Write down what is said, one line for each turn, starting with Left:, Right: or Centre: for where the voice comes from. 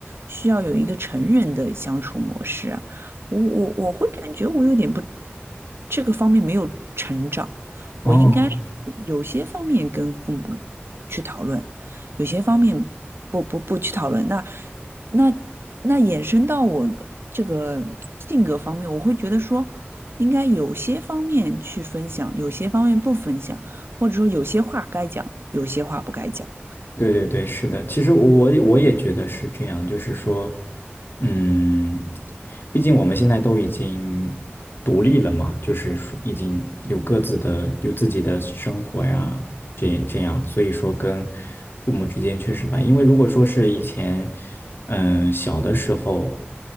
Right: 需要有一个成人的相处模式啊？我我我会感觉我有点不，这个方面没有成长，我应该是有些方面跟父母
Left: 哦。
Right: 去讨论，有些方面不不不去讨论。那那那衍生到我这个性格方面，我会觉得说，应该有些方面去分享，有些方面不分享，或者说有些话该讲，有些话不该讲。
Left: 对对对，是的，其实我我也觉得是这样，就是说，嗯，毕竟我们现在都已经独立了嘛，就是说已经有各自的有自己的生活呀，这这样，所以说跟父母之间确实吧，因为如果说是以前，嗯，小的时候，